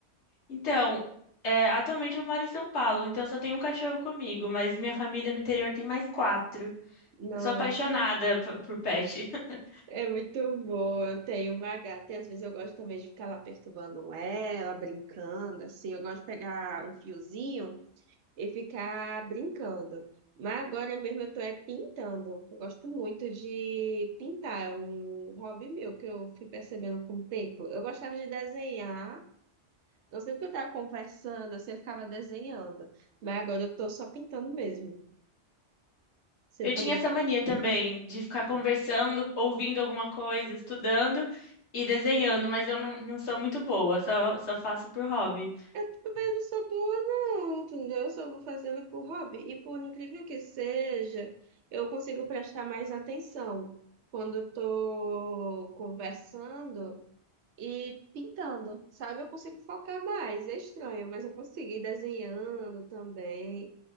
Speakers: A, on the left; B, on the right.
A: Então, é, atualmente eu moro em São Paulo, então só tem um cachorro comigo, mas minha família no interior tem mais quatro.
B: Nossa,
A: Eu sou apaixonada p- por pet. <laughs>
B: é muito boa. Eu tenho uma gata e às vezes eu gosto também de ficar lá perturbando ela, brincando, assim. Eu gosto de pegar um fiozinho. e ficar brincando. Mas agora mesmo eu tô é pintando. Eu gosto muito de pintar, é um hobby meu que eu fui percebendo com o tempo. Eu gostava de desenhar, não sei porque eu tava conversando, assim, eu ficava desenhando. Mas agora eu tô só pintando mesmo. Você
A: Eu
B: também.
A: tinha essa mania também de ficar conversando,
B: Ah,
A: ouvindo alguma coisa, estudando e desenhando, mas eu não, não sou muito boa, só, só faço por hobby.
B: Eu também não sou boa, não, entendeu? Eu só vou fazendo por hobby. E por incrível que seja, eu consigo prestar mais atenção. Quando eu tô conversando. e pintando, sabe? Eu consigo focar mais. É estranho, mas eu consegui desenhando também.